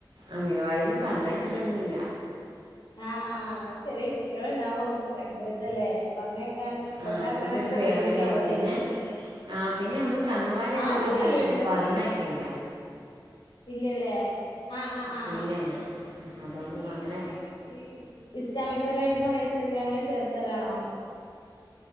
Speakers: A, on the right; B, on the left.
A: അംഗനവാടിയിലും പറഞ്ഞയച്ചിട്ടൊന്നുമില്ല
B: ആഹ് ആഹ് ചെറിയ കുട്ട്യൾ ഉണ്ടാവുമ്പോ നമുക്ക് ഭയങ്കര ഇതല്ലേ പറഞ്ഞേക്കാനും
A: ആഹ്
B: കൊണ്ടാക്കാനൊക്കെ
A: നമ്മുക്കൊരു പേടിയാ
B: ബുദ്ധിമുട്ടാവൊല്ലേ
A: പിന്നെ
B: ഇനി
A: ആഹ് പിന്നെ അമ്മള് കങ്ങുംപാര ആയതു
B: ആവണല്ലേ
A: കൊണ്ട് അങ്ങനെ
B: ഉള്ളൂ
A: പറഞ്ഞയക്കെല്ല
B: ഇല്ലല്ലേ ആഹ് ആഹ് ആഹ്
A: ഇല്ലന്നെ അതുകൊണ്ട്
B: ഇനി
A: അങ്ങനെ
B: ഇങ്ങനെ ഈ ഈ ഇസ്ലാമിക് പരായിട്ടുള്ള നേഴ്സറീല് അങ്ങനെ ചേർത്തലാണോ